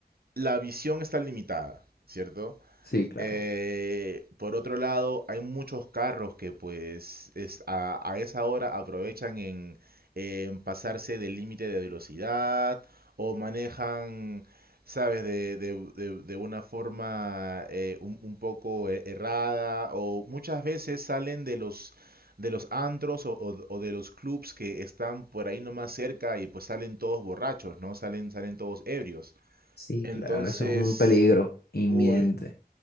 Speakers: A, on the right (about 65°); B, on the left (about 75°).
A: la visión está limitada, ¿cierto?
B: Sí, claro.
A: Eh, por otro lado, hay muchos carros que pues es- a, a esa hora aprovechan en, en pasarse del límite de velocidad o manejan, sabes, de, de- de- de una forma eh, un, un poco eh, errada o muchas veces salen de los, de los antros o, o- o de los clubs que están por ahí nomás cerca y pues salen todos borrachos, ¿no? Salen, salen todos ebrios.
B: Sí,
A: Entonces,
B: claro, eso es un peligro inminente.
A: uy.